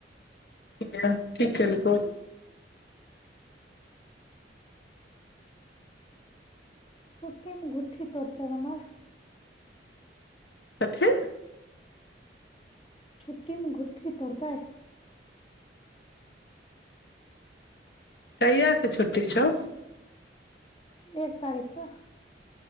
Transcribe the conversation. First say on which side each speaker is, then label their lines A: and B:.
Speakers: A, on the left; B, on the left.
A: किया कि केलकौ
B: छुट्टीमे घुट्ठी तोड़तै हमर
A: कथि
B: छुट्टिमे गुट्ठी तोड़तै
A: कहिया से छुट्टी छौ
B: एक तारीखसँ